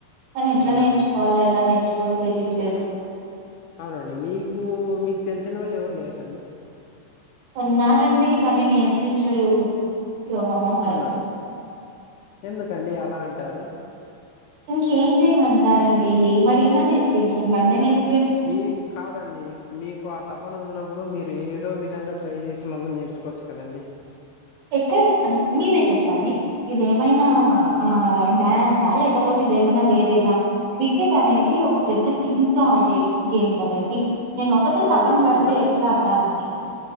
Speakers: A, on the right; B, on the left.
A: తని ఎట్లా
B: అవునండి
A: నేర్చుకోాల ఎలా నేర్చుకో కొ తెలిట్లేదు
B: అవునండి మీకు మీకు తెలిసిన వాళ్ళు ఎవరు లేరా అండి
A: ఉన్నారండి కానీ నేర్పించరు ద్రోహమొహాలు.
B: అవునా ఎందుకండి అలా అంటారు
A: ఇంకేం చేయమంటారండి ఏమడిగిన నేర్పించారు బండి నేర్పి
B: మీ కాదండి మీకు ఆ తపన ఉన్నప్పుడు మీరు ఏదో వి నిజంగా ట్రై చేసి మళ్ళె నేర్చుకోవచ్చు కదండి
A: ఎక్కడ చెప్ మీరే చెప్పండి ఇదే ఏమైనా ఆ డ్యాన్సా లే పొది ఏమన్నా వేరేద క్రికెట్ అనేది ఒక పెద్ద టీమ్ తో ఆడే గేమ్ కదా అండి నేను ఒకటే
B: అవునండి
A: తపన పడితే
B: మన
A: ఎట్లాడతానండి